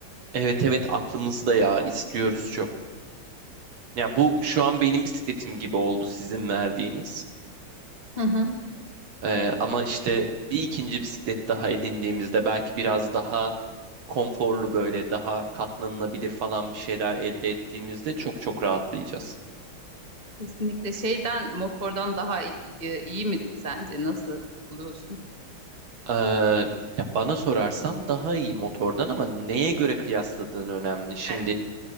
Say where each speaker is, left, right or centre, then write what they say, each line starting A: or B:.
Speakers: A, on the right; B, on the right.
A: Evet evet aklımızda ya istiyoruz çok. Yani bu şu an benim bisikletim gibi oldu sizin verdiğiniz.
B: Hı hı.
A: Ee, ama işte bir ikinci bisiklet daha edindiğimizde belki biraz daha konforlu böyle daha katlanılabilir falan bir şeyler elde ettiğimizde çok çok rahatlayacağız.
B: Kesinlikle şeyden motordan daha i- e, iyi mi sence? Nasıl buluyorsun?
A: Ee, ya bana sorarsan daha iyi motordan ama neye göre kıyasladığın önemli. Şimdi
B: Yani,